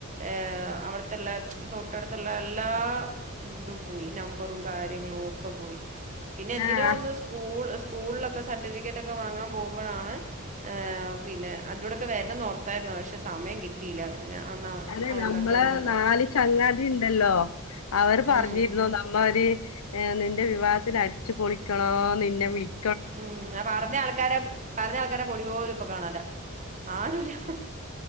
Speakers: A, on the right (about 35°); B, on the left (about 75°).
A: ഏഹ് അവിട്ത്ത്ള്ള തൊട്ടട്ത്ത്ള്ളെ എല്ലാ തും പോയി നമ്പറും കാര്യങ്ങളും ഒക്കെ പോയി. പിന്നെ എന്തിനോ
B: ആഹ്
A: ഒന്ന് സ്കൂൾ സ്കൂളിലൊക്കെ സർട്ടിഫിക്കറ്റൊക്കെ വാങ്ങാൻ പോകുമ്പഴാണ്. ഏഹ് പിന്നെ അതിലൂടെക്കെ വെര്ണം ന്നോർത്തായിരുന്നു പക്ഷേ സമയം കിട്ടിയില്ല ഞാ അന്നാ
B: അതെ
A: എല്ലാർക്കും
B: നമ്മളെ
A: അവ്ട്ന്ന്
B: നാല് ചങ്ങാതി ഇണ്ടല്ലോ അവര് പറഞ്ഞിര്ന്നു
A: ഉം.
B: ന്നമ്മോരീ- ഏ നിന്റെ വിവാഹത്തിന് അടിച്ചു പൊളിക്കണോ ന്നിനെ വിളി-
A: ഉം ന്ന പറഞ്ഞ ആൾക്കാരൊ- പറഞ്ഞ ആൾക്കാരെ പൊടി പോലും ഇപ്പകാണാല്ല ആരൂല്ല ഹ്